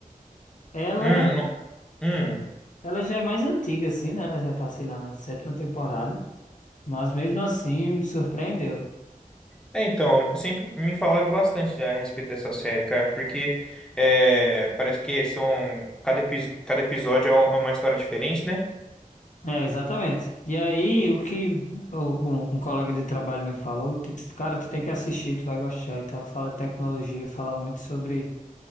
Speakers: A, on the left; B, in the centre.
A: Ela,
B: hum, no- hum.
A: ela já é mais antiga assim, né? Ela já tá, sei lá, na sétima temporada, mas mesmo assim me surpreendeu.
B: É, então, sempre me falaram bastante já a respeito dessa série, cara, porque é, parece que são, cada, epi- cada episódio é um- é uma história diferente, né?
A: É, exatamente. E aí, o que o- um, um colega de trabalho me falou, tipo, cara, tu tem que assistir, tu vai gostar e tal. Fala de tecnologia, fala muito sobre